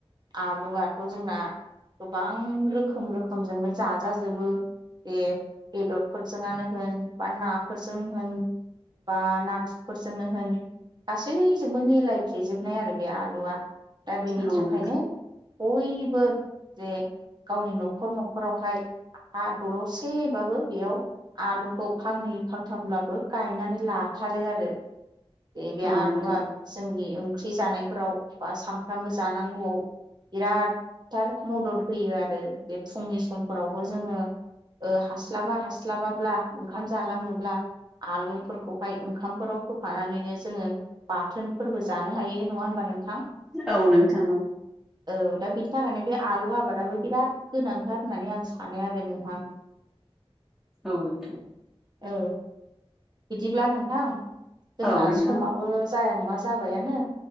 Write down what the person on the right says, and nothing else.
आलुआथ' जोंना गोबां रोखोम रोखोमजोंनो जाजाजोबो बे बेदरफोरजोंनो होन बा नाफोरजों होन बा नाथुरफोरजोंनो होन गासैजोंबो मिलायफेेजोबनाय आरो। बे आलुआ दा बेनि
थाखायनो
बयबो जे गावनि न'खर न'खरावहाय हा दलरसेबाबो बेयाव आलुखौ फांनै फांथामब्लाबो गायनानै लाथारो आरो। बे
आलुआ
जोंनि ओंख्रि जानायफोराव बा सामफ्रामबो जानांगौआव बिरादथार मदद होयो आरो बे फुंनि समफोरावबो जोङो। हास्लाबा हास्लाबाब्ला ओंखाम जालांनोब्ला आलुफोरखौहाय ओंखामफोराव होफानानैनो जोङो बाथोनफोरबो जानो हायो नङा होनबा नोंथां
औ दा बिनि थाखायनो बे आलु आबादाबो बिराद गोनांथार होननानै आं सानो आरो नोंथां। <inaudible>
औ बिदिब्ला नोंथां जोंना
समाबो जाया नङा जाबायानो